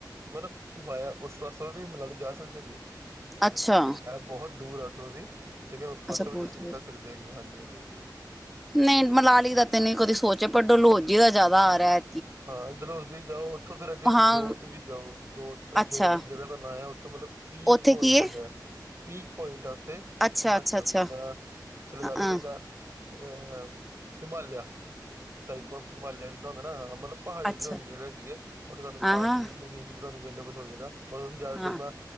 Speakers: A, on the right; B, in the centre.
A: ਮਲਬ, ਵਾਯਾ ਉਸ ਪਾਸੋਂ ਵੀ ਓਹ ਮਨਾਲੀ ਜਾ ਸਕਦੇ ਕਿ ਓਹ
B: ਅੱਛਾ।
A: ਬਹੋਤ ਦੂਰ ਆ ਓਧਰੋਂ ਦੀ। ਲੇਕਿਨ ਉਸ ਪਾਸੇ
B: ਅੱਛਾ ਬਹੁਤ
A: ਵੀ ਤੁਸੀਂ ਨਿਕਲ ਸਕਦੇ ਹੈਗੇ ਹੋ ਹਾਂਜੀ-ਹਾਂਜੀ-ਹਾਂਜੀ।
B: ਨਈ ਮਨਾਲੀ ਦਾ ਤੇ ਨਈ ਕਦੀ ਸੋਚਿਆ, ਪਰ ਡਲੋਜੀ ਦਾ ਜਿਆਦਾ ਆ ਰਿਆ।
A: ਹਾਂ, ਡਲੋਜੀ ਜਾਓ ਓਥੋਂ ਫਿਰ ਅਗੇ
B: ਹਾਂ
A: ਜੋਤ ਵੀ ਜਾਓ ਜੋਤ-ਜੋਤ
B: ਅੱਛਾ
A: ਇੱਕ ਜਗ੍ਹਾ ਦਾ ਨਾਂ ਹੈ ਓਥੇ ਮਲਬ ਪੀਕ
B: ਉੱਥੇ
A: ਪੁਆਇੰਟ
B: ਕੀ ਏ?
A: ਹੈਗੈ ਪੀਕ ਪੁਆਇੰਟ ਐ ਓਥੇ, ਹਿਮਾਚਲ
B: ਅੱਛਾ, ਅੱਛਾ, ਅੱਛਾ
A: ਦਾ ਤੁਸੀ ਲਗਾ
B: ਅ
A: ਲਓ ਜਿਦਾਂ ਅ ਹਿਮਾਲਿਯਾ ਟਾਈਪ ਆਫ ਹਿਮਾਲਿਆ, ਜਿੱਦਾਂ ਹੁੰਦਾ ਨਾ ਮਲਬ ਪਹਾੜੀ
B: ਅੱਛਾ।
A: ਤੇ ਓਂਦੀ ਜਗ੍ਹਾ ਹੈਗੀ ਜੇ ਓਥੇ ਤੁਹਾਨੂੰ
B: ਆ
A: ਖਾਣ-
B: ਹਾਂ,
A: ਪੀਣ ਨੂੰ ਵੀ ਈਜ਼ੀਲੀ ਤੁੂੰਹਾਨੂੰ ਅਵੇਲੇਬਲ ਹੋ ਜਾਏਗਾ। ਮਤਲ ਜਾ
B: ਹਾਂ
A: ਕੇ ਆਪਨਾ